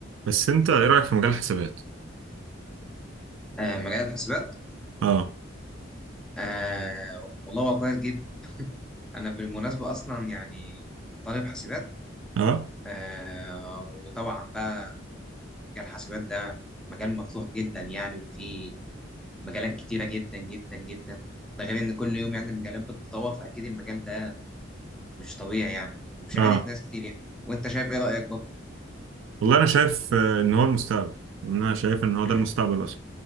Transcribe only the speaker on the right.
بس انت ايه رايك في مجال الحسابات
اه
اه
اه
والله انا شايف آه، ان هو المستقبل يعني انا شايف ان هو
ده المستقبل اصلا